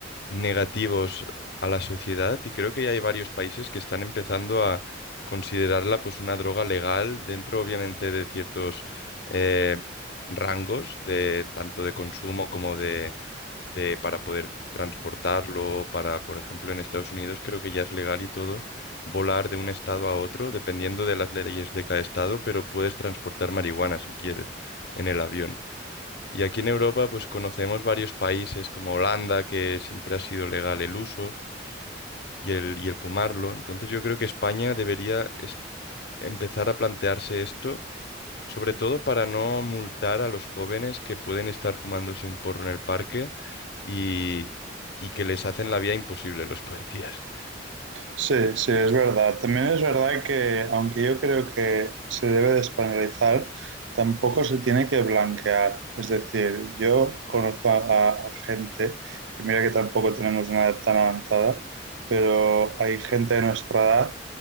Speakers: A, on the left (about 60°); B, on the right (about 80°).
A: negativos a la sociedad y creo que ya hay varios países que están empezando a considerarla pues una droga legal dentro obviamente de ciertos eh, rangos de tanto de consumo como de, de para poder transportarlo, para por ejemplo en Estados Unidos creo que ya es legal y todo volar de un estado a otro dependiendo de las leyes de cada estado, pero puedes transportar marihuana si quieres en el avión. Y aquí en Europa, pues conocemos varios países como Holanda, que siempre ha sido legal el uso y el, y el fumarlo. Entonces yo creo que España debería es- empezar a plantearse esto, sobre todo para no multar a los jóvenes que pueden estar fumándose un porro en el parque y, y que les hacen la vida imposible los policías.
B: Sí, sí, es verdad. También es verdad que, aunque yo creo que se debe de españolizar, tampoco se tiene que blanquear. Es decir, yo conozco a, a- a gente, y mira que tampoco tenemos una edad tan avanzada, pero hay gente de nuestra edad